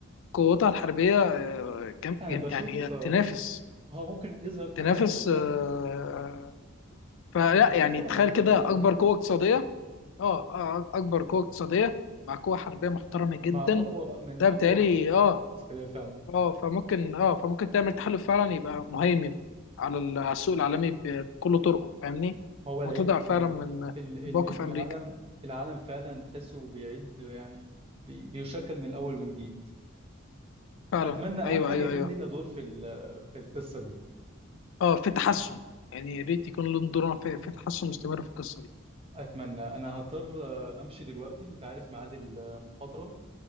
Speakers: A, on the left; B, on the right.
A: قوتها الحربية آه، كم
B: انا
A: جم-
B: بشوف
A: يعني هي
B: آه،
A: تنافس
B: هو ممكن يظهر تحالف
A: تنافس آه،
B: فعلا
A: فلا
B: تنافس
A: يعني
B: طبعا
A: تخيل
B: دوله
A: كده
B: زي امريكا
A: أكبر قوة اقتصادية اه آه، اكبر قوه اقتصاديه مع قوه حربيه محترمه جدا
B: مع اقوى من
A: ده
B: اقوى
A: بتهيألي
B: القوى
A: اه
B: العسكريه فعلا
A: اه فممكن اه فممكن تعمل تحالف فعلا يبقى مهيمن على ال- على السوق العالمي ب- بكل طرقه فاهمني
B: هو العيد
A: وتضع فعلا
B: ال-
A: من
B: ال- ال-
A: موقف
B: ال-
A: امريكا
B: العالم العالم فعلا تحسه بيعيد يعني بي- بيشكل من اول وجديد
A: فعلا
B: اتمنى اهم
A: ايوه
B: حاجه
A: ايوه
B: يكون
A: ايوه
B: لينا دور في ال- في القصه دي
A: اه في تحسن يعني يا ريت يكون لهم دور في, في تحسن مستمر في القصه دي
B: اتمنى انا هضطر آه، امشي دلوقتي انت عارف ميعاد المحاضره